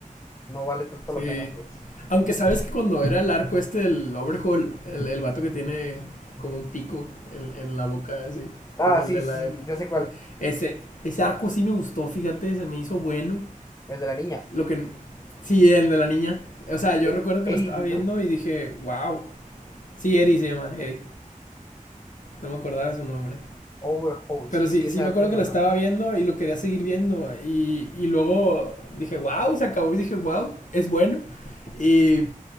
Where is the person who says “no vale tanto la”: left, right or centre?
Left